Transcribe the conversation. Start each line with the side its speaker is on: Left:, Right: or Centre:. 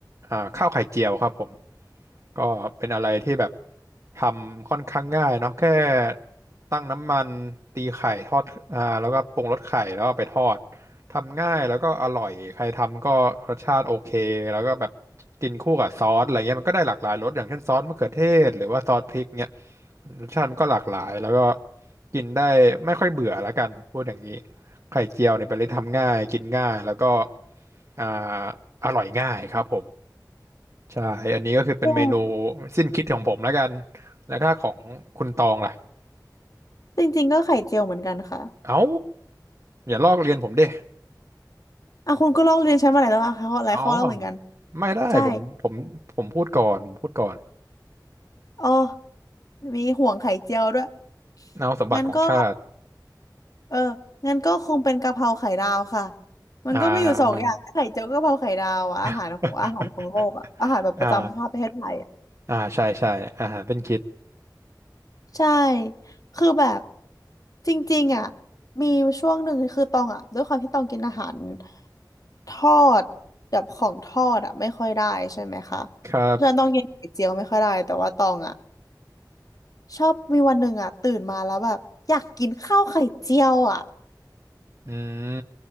Right: อ่าข้าวไข่เจียวครับผม ก็เป็นอะไรที่แบบทำค่อนข้างง่ายเนาะแค่ตั้งน้ำมันตีไข่ทอดอ่าแล้วก็ปรุงรสไข่แล้วเอาไปทอดทำง่ายแล้วก็อร่อยใครทำก็รสชาติโอเคแล้วก็แบบกินคู่กับซอสอะไรเงี้ยมันก็ได้หลากหลายรสอย่างเช่นซอสมะเขือเทศหรือว่าซอสพริกเงี้ยรสชาติมันก็หลากหลายแล้วก็กินได้ไม่ค่อยเบื่อและกันพูดอย่างนี้ไข่เจียวเนี่ยเป็นอะไรที่ทำง่ายกินง่ายแล้วก็อ่าอร่อยง่ายครับผม ใช่อันนี้ก็คือเป็นเมนู
Left: เอ
Right: สิ้นคิดของผมแล้วกันแล้วถ้าของคุณตองล่ะ
Left: จริงๆก็ไข่เจียวเหมือนกันค่ะ
Right: เอ้าอย่าลอกเรียนผมดิ
Left: อ่ะคุณก็ลอกเรียนใช้มาหลายแล้วอ่ะข้อหลายข้อแล้วเหมือนกัน
Right: อ๋อไม่ได้ผมผมผมพูดก่อนผมพูดก่อน
Left: ใช่อ๋อมีห่วงไข่เจียวด้วย
Right: เอาสมบัติของชาติ
Left: งั้นก็เอองั้นก็คงเป็นกะเพราไข่ดาวค่ะมันก็มีอยู่สองอย่างไข่เจียวกะเพราไข่ดาวอะอาหารของอาหารของโลกอะอาหารแบบประจำชาติประเทศไทย
Right: อ่า <laughs> อ่าอ่าใช่ใช่อาหารเป็นคิด
Left: ใช่ คือแบบจริงๆอ่ะมีช่วงหนึ่งคือตองอ่ะด้วยความที่ตองกินอาหารทอดแบบของทอดอ่ะไม่ค่อยได้ใช่ไหมคะ
Right: ครับ
Left: เพราะฉะนั้นตองกินไข่เจียวไม่ค่อยได้แต่ว่าตองอ่ะชอบมีวันหนึ่งอ่ะตื่นมาแล้วแบบอยากกินข้าวไข่เจียวอ่ะ
Right: อืม